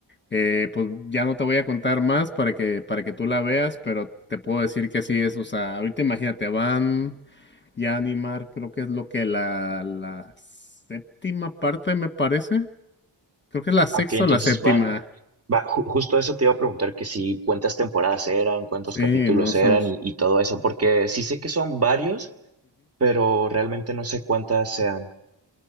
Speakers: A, on the left; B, on the right.
A: eh, pues ya no te voy a contar más para que, para que tú la veas, pero te puedo decir que así es. O sea, ahorita imagínate, van ya a animar, creo que es lo que la, la séptima parte me parece. Creo que es la sexta
B: Ok, entonces
A: o la séptima.
B: van, va, ju- justo eso te iba a preguntar que si cuántas temporadas eran, cuántos
A: Sí,
B: capítulos
A: no son.
B: eran y, y todo eso, porque sí sé que son varios, pero realmente no sé cuántas sean.